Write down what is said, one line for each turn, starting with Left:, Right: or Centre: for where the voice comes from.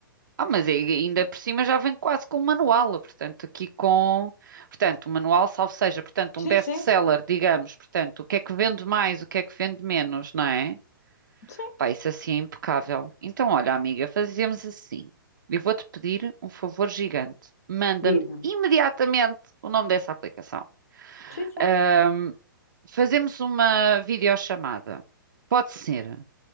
Right: Ah, mas aí ainda por cima já vem quase com o manual, portanto, aqui com, portanto, o manual, salvo seja, portanto,
Left: Sim,
Right: um best-seller,
Left: sim,
Right: digamos, portanto, o que é que vende mais, o que é que vende menos, não é?
Left: sim,
Right: Pá, isso assim é impecável. Então, olha, amiga, fazemos assim. Eu vou-te pedir um favor gigante. Manda-me
Left: diz-me.
Right: imediatamente o nome dessa aplicação.
Left: Sim, sim,
Right: Ahm, fazemos uma videochamada. Pode ser